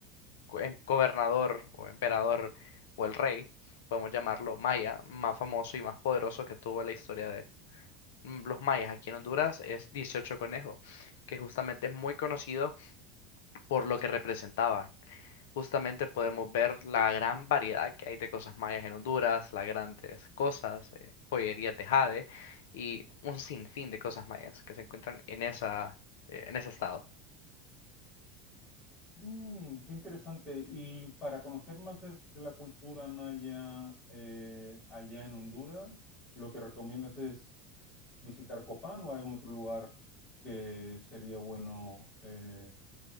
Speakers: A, on the left; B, on the left.
A: go- em- gobernador o emperador o el rey, podemos llamarlo maya, más famoso y más poderoso que tuvo la historia de mm, los mayas aquí en Honduras, es 18 Conejo, que justamente es muy conocido por lo que representaba. Justamente podemos ver la gran variedad que hay de cosas mayas en Honduras, las grandes cosas, eh, joyerías de jade y un sinfín de cosas mayas que se encuentran en esa, eh, en ese estado.
B: Mm, qué interesante. Y para conocer más de, de la cultura maya eh, allá en Honduras, lo que recomiendas es visitar Copán o hay algún otro lugar que sería bueno eh,